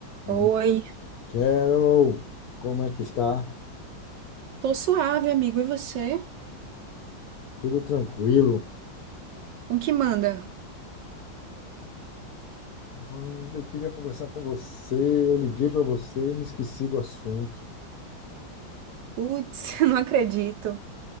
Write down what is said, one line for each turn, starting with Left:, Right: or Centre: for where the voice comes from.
Left: Hum,
Right: Oi,
Left: Carol, como é que está?
Right: tô suave, amigo. E você?
Left: Tudo tranquilo?
Right: O que manda?
Left: Hum, Eu queria conversar com você. Eu liguei para você e me esqueci do assunto.
Right: Putz, <laughs> não acredito.